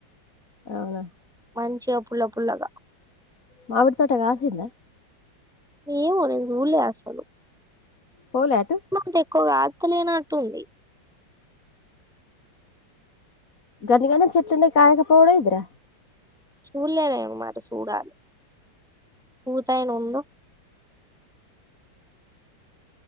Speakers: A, on the left; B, in the centre.
A: అవునా.
B: మంచిగా పుల్ల పుల్లగా.
A: మావిటి తోట గాసిందా.
B: ఏమో నేన్ జూల్లే అస్సలు.
A: పోలే అటు
B: అమౌంట్ ఎక్కుగాదు. లేనట్టుంది.
A: గనిగన చెత్తుండే కాయగా పౌడ ఇద్రా.
B: చూళ్ళేదేమో మరి చూడాలి పూతైనుండి.